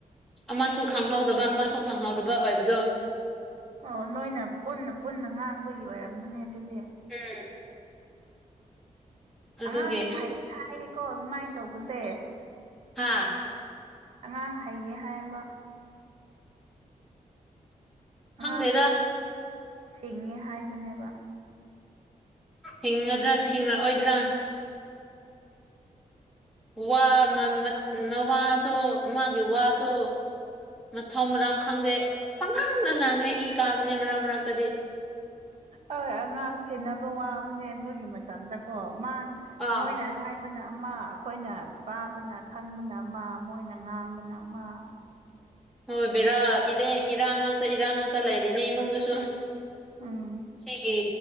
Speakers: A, in the centre; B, on the right.
A: ꯑꯃꯁꯨ ꯈꯪꯍꯧꯗꯕ ꯑꯃꯁꯨ ꯈꯪꯍꯧꯗꯕ ꯑꯣꯏꯕꯗꯣ
B: ꯑꯣ ꯅꯣꯏꯅ ꯄꯨꯟꯅ ꯄꯨꯟꯅ ꯉꯥꯡꯕꯒꯤ ꯑꯣꯏꯔꯝꯒꯅꯤ ꯑꯗꯨꯗꯤ
A: ꯎꯝ ꯑꯗꯨꯒꯤ
B: ꯑꯉꯥꯡꯗꯤ ꯍꯥꯏ ꯍꯥꯏꯌꯦꯀꯣ ꯑꯗꯨꯃꯥꯏꯅ ꯇꯧꯕꯁꯦ
A: ꯍꯥ
B: ꯑꯉꯥꯡ ꯍꯩꯒꯦ ꯍꯥꯏꯕ ꯑꯉꯥꯡꯗꯣ
A: ꯈꯪꯗꯦꯗ
B: ꯁꯤꯡꯉꯦ ꯍꯥꯏꯕꯅꯦꯕ
A: ꯍꯤꯡꯒꯗ꯭ꯔꯥ ꯍꯁꯤꯡꯡꯂꯛꯑꯣꯏꯗ꯭ꯔꯥ ꯋꯥ ꯃꯁꯨ ꯃꯥꯒꯤ ꯋꯥꯁꯨ ꯃꯊꯧ ꯃꯔꯝ ꯈꯪꯗꯦ ꯄꯪꯉꯥꯡ ꯑꯉꯥꯡꯅꯦ ꯏ ꯀꯥꯕꯅꯦ ꯃꯔꯛ ꯃꯔꯛꯇꯗꯤ
B: ꯎꯝ ꯍꯣꯏ ꯑꯉꯥꯡ ꯁꯦꯕ ꯋꯥꯕꯅꯦ ꯑꯗꯨꯒꯤ ꯃꯇꯝꯗꯀꯣ ꯃꯥ
A: ꯑꯥ
B: ꯃꯣꯏꯅ ꯍꯥꯏꯕꯅ ꯑꯃ ꯑꯩꯈꯣꯏꯅ ꯇꯥꯕꯅ ꯈꯪꯕꯅ ꯑꯃ ꯃꯣꯏꯅ ꯉꯥꯡꯕꯅ ꯑꯃ
A: ꯍꯣꯏꯕꯤꯕꯔꯥ ꯏꯔꯦ ꯏꯔꯥꯡ ꯉꯥꯛꯇ ꯏꯔꯥꯡ ꯉꯥꯛꯇ ꯂꯩꯔꯤꯅꯦ ꯏꯃꯨꯡꯗꯨꯁꯨ
B: ꯎꯝ
A: ꯁꯤꯒꯤ